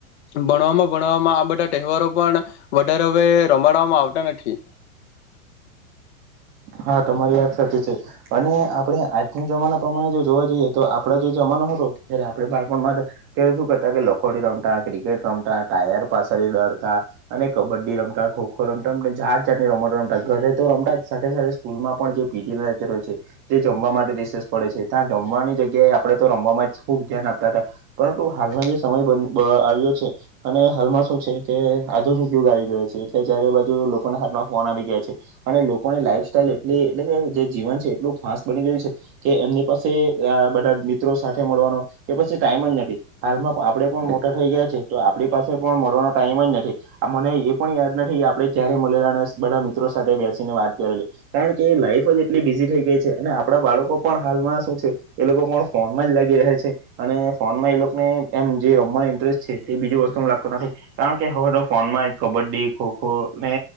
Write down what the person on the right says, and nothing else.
હા તમારી વાત સાચી છે. અને આપણે આજના જમાના પ્રમાણે જો જોવા જઈએ તો આપડા જે જમાનો હતો જ્યારે આપણે બાળપણ માટે ત્યારે શું કરતા કે લખોડી રમતા ક્રિકેટ રમતા, ટાયર પાછસળી દડતા અને કબડ્ડી રમતા, ખોખો રમતા જાત જાતની રમતો રમતા. ઘરે તો રમતા સાથે સાથે મા પણ જે પીજે રહે છે <unintelligible> તે જમવા માટે રિસ પડે છે ત્યાં જમવાની જગ્યાએ આપણે તો રમવામાં જ ખૂબ ધ્યાન આપ તા તા પરંતુ હાલનો જે સમય બ આવ્યો છે, અને હાલમાં શું છે કે આધુનિક યુગ આવી ગયો છે એટલે જયારે બાજુ લોકોના હાથમાં ફોન આવી ગયા છે. અને લોકોને લાઈફ તલે એટ એટલે કે જે જીવન છે એટલું ફાસ્ટ બની ગયું છે કે એમને પાસે આ બધા મિત્રો સાથે મળવાનો કે પછી ટાઈમ જ નથ. હાલમાં આપણે પણ મોટા થઇ ગયા છે તો આપણી પાસે પણ મળવાનો ટાઈમ જ નથી આ મને એ પણ યાદ નથી કે આપડે ક્યારે મળેલા અને બધા મિત્રો સાથે બેસીને વાત કરેલી. કારણ કે લાઈફ જ એટલી બિઝી થઈ ગઈ છે. અને આપણા બાળકો પણ હાલમાં શું છે એ લોકો પણ ફોનમાં જ લાગી રહે છે. અને ફોનમાં એ લોકોને એમ જે રમવાની ઇન્ટરેસ્ટ છે તે બીજી વસ્તુ લાગતું નથી. કારણ કે હવે તો ફોનમાં જ કબડ્ડી ખોખો અને